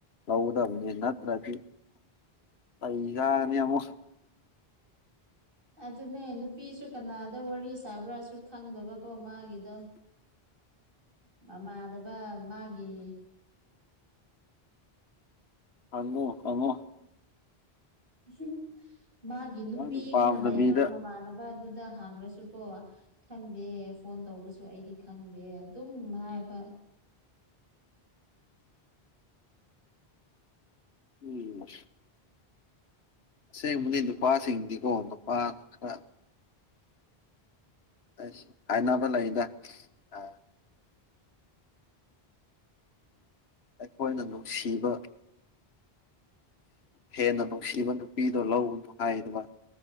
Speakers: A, on the left; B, on the right.
A: ꯂꯧꯒꯗꯕꯅꯤ ꯅꯠꯇ꯭ꯔꯗꯤ ꯑꯩꯩꯖꯅꯤ ꯌꯥꯝꯃꯛ
B: ꯑꯗꯨꯅꯦ ꯅꯨꯄꯤꯁꯨ ꯀꯅꯥꯗ ꯋꯥꯔꯤ ꯁꯥꯕ꯭ꯔꯥꯁꯨ ꯈꯪꯗꯕꯀꯣ ꯃꯥꯒꯤꯗ
A: <unintelligible>
B: ꯃꯃꯥꯗꯕ ꯃꯥꯒꯤ
A: ꯐꯪꯉꯣ ꯀꯉꯣ
B: ꯎ ꯃꯥꯒꯤ ꯅꯨꯄꯤꯒꯨꯝꯅ
A: ꯃꯥꯅ ꯄꯥꯝꯗꯕꯤꯗ
B: ꯂꯩꯕ ꯃꯃꯥꯟꯅꯕ ꯑꯗꯨꯗ ꯍꯥꯡꯉ꯭ꯔꯁꯨꯀꯣ ꯈꯪꯗꯦ ꯐꯣꯟ ꯇꯧꯕꯁꯨ ꯑꯩꯗꯤ ꯈꯪꯗꯦ ꯑꯗꯨꯝ ꯍꯥꯏꯕ ꯑ
A: ꯎꯝ ꯑꯁꯦꯡꯕꯅꯤ ꯅꯨꯄꯥꯁꯤꯡꯗꯤꯀꯣ ꯅꯨꯄꯥꯅ ꯈꯔ ꯑꯁ ꯍꯥꯏꯅꯕ ꯂꯩꯗ ꯑ ꯑꯩꯈꯣꯏꯅ ꯅꯨꯡꯁꯤꯕ ꯍꯦꯟꯅ ꯅꯨꯡꯁꯤꯕ ꯅꯨꯄꯤꯗꯣ ꯂꯒꯅꯨ ꯍꯥꯏꯗꯅ